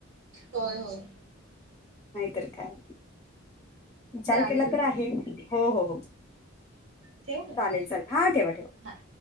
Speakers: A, on the right (about 70°); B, on the left (about 15°).
A: होय होय
B: तर काय विचार
A: चालेल
B: केला तर
A: मग
B: आहे हो हो हो
A: ठेवू मग
B: चालेल चालेल हा ठेवा ठेवा
A: हा.